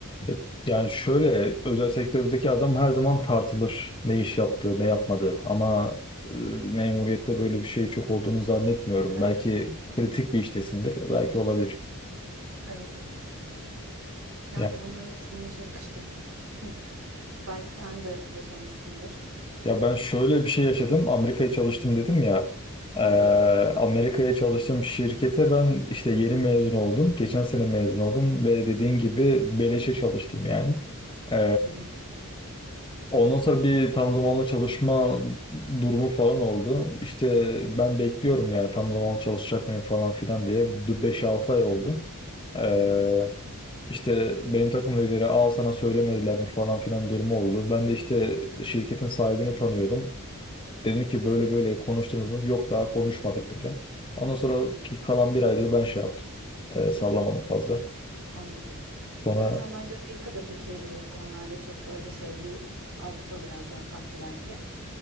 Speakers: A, on the left; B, on the right.
A: E, Yani şöyle özel sektördeki adam her zaman tartılır. Ne iş yaptı ne yapmadı. Ama e, memuriyette böyle bir şey çok olduğunu zannetmiyorum.
B: Ee,
A: Belki kritik bir iştesindir. Belki olabilir.
B: evet evet. Yani
A: Ya,
B: bunların hepsini yaşadık işte. <laughs> Belki sen de yaşamışsındır.
A: ya ben şöyle bir şey yaşadım. Amerika'ya çalıştım dedim ya. E,
B: Aha.
A: Amerika'ya çalıştığım şirkete ben işte yeni mezun oldum. Geçen sene mezun oldum ve dediğin gibi beleşe çalıştım yani. E,
B: Hı hı.
A: Ondan sonra bir tam zamanlı çalışma durumu falan oldu. İşte ben bekliyorum ya tam zamanlı çalışacak mıyım falan filan diye. beş altı ay oldu. Ee,
B: Hı hı.
A: işte benim takım lideri al sana söylemediler mi falan filan durumu oldu. Ben de işte şirketin sahibini tanıyordum. Dedim ki böyle
B: Evet.
A: böyle konuştunuz mu? Yok daha konuşmadık dedi. Ondan sonra
B: Hı.
A: ki kalan bir ayda da ben şey yaptım. Ee, sallamadım fazla.
B: Anladım.
A: Sonra
B: Zaten bence Amerika da Türkiye gibi bu konularda çok böyle şey değil. Avrupa biraz daha farklı belki.